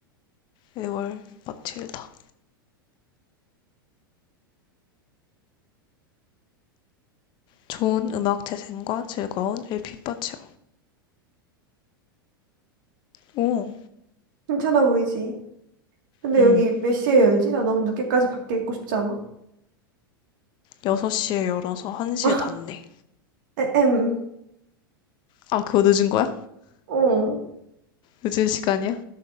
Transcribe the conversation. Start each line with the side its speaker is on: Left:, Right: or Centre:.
Left: 애월 마틸다. 좋은 음악 재생과 즐거운 엘피 파티요 오,
Right: 괜찮아 보이지? 근데
Left: 음.
Right: 여기 몇 시에 열지? 나 너무 늦게까지 밖에 있고 싶지 않아.
Left: 6시에 열어서 1시에
Right: <laughs>
Left: 닫네.
Right: 에엠.
Left: 아, 그거 늦은 거야?
Right: 어.
Left: 늦은 시간이야?